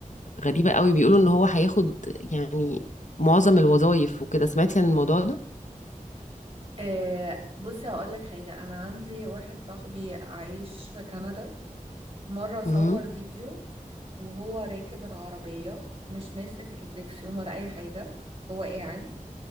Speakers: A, on the left; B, on the right.
A: غريبة قوي بيقولوا ان هو هياخد يعني معظم الوظائف وكده سمعتي عن الموضوع ده
B: آه بصي هقولك حاجة أنا عندي واحد صاحبي عايش في كندا مرة صور
A: امم
B: فيديو وهو راكب العربية مش ماسك الدريكسيون ولا أي حاجة هو قاعد